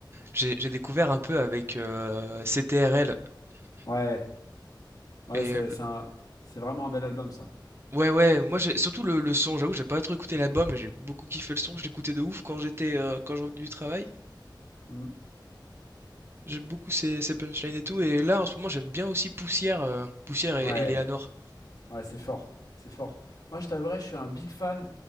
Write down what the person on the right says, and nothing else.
J'ai, j'ai découvert un peu avec euh, CTRL.
Et
le-
ouais, ouais, moi, j'ai surtout le, le son. J'avoue, j'ai pas trop écouté l'album, mais j'ai beaucoup kiffé le son. Je l'écoutais de ouf quand j'étais, euh, quand je revenais du travail.
J'aime beaucoup ces, ces punchlines et tout. Et là, en ce moment, j'aime bien aussi Poussière, euh, Poussière et,
et Léanor.